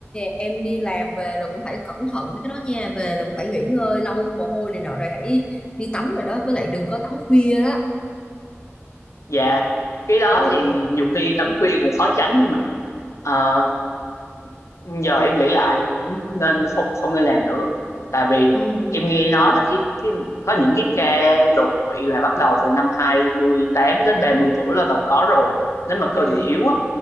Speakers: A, on the left; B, on the left.
A: em đi làm về là cũng phải cẩn thận với cái đó nha về là cũng phải nghỉ ngơi lâu mồ hôi này nọ rồi hãy đi tắm rồi đó với lại đừng có tắm khuya đó
B: Dạ, cái đó
A: ừ
B: thì nhiều khi tắm khuya cũng khó tránh nhưng mà ờ, giờ em nghĩ lại cũng nên không không nên làm nữa. Tại vì
A: ừ
B: em nghe nói là cái cái có những cái ca đột quỵ là bắt đầu từ năm 28 đến 30 tuổi là đầu có rồi. Nếu mà
A: ừ
B: cơ địa yếu á